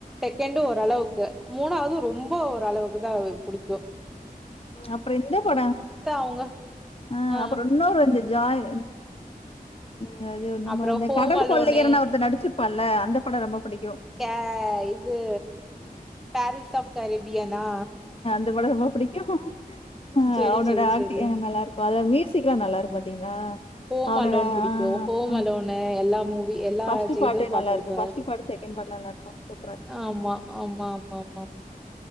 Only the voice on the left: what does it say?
அப்பறம் இந்த பட
ஆ
அப்பறம் இன்னொரு வந்து ஜாய் <unintelligible> ஆ அது என்னமோ
இந்த
கடல்
கொள்ளையருனு ஒருத்த நடிச்சுரு ப்பால்ல அந்த படோ ரொம்ப புடிக்
த படோ ரொம்ப பிடிக் கு ஆ
அவனோட
ஆக்டிங்
ஆ நல்லா இருக்கு அதுல மியூசிக் எல்லா நல்லா இருக்கு பாத்தீங்களா
அவனோட
ஆ
அம்
ம்
ஃபஸ்ட்டு
நல்லா இருக்கு ஃபஸ்ட்டு பாட்டு செகண்ட் பாட்லா நல்லா இருக்கு சூப்பரா இருக்கு